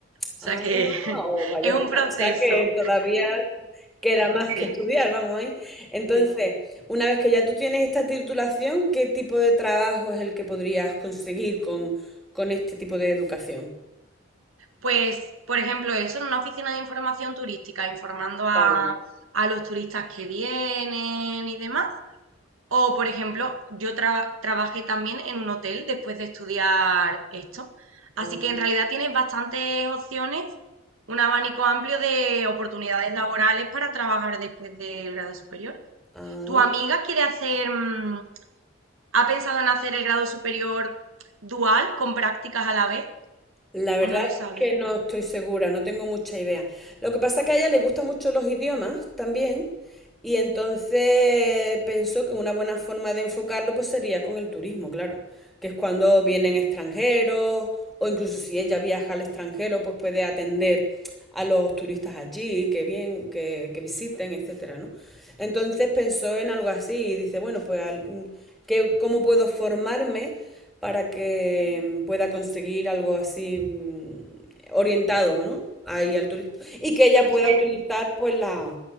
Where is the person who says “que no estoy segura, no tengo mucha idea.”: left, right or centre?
Centre